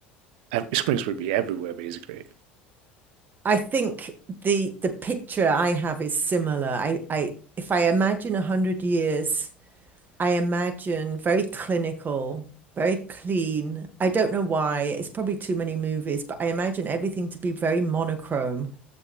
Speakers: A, on the right; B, on the right.
A: Ev- Screens would be everywhere, basically.
B: I think the the picture I have is similar. I, I if I imagine a hundred years, I imagine very clinical, very clean. I don't know why. It's probably too many movies, but I imagine everything to be very monochrome.